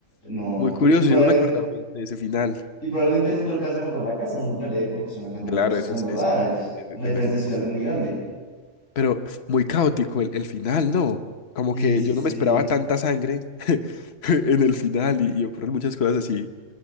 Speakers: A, on the left; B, on the left.
A: no.
B: Muy curioso,
A: Y probablemente,
B: yo no me acordaba bien de ese final.
A: y probablemente nunca alcanza a comprar la casa, nunca le dé porque es una casa muy
B: Claro,
A: costosa,
B: eso
A: en
B: es,
A: verdad,
B: eso es,
A: es
B: eso-
A: una diferencia
B: eso es imposible.
A: social muy grande.
B: Pero muy caótico el, el final, ¿no? Como
A: Sí,
B: que
A: sí,
B: yo
A: sí.
B: no me esperaba tanta sangre <laughs> en el final y, y ocurren muchas cosas así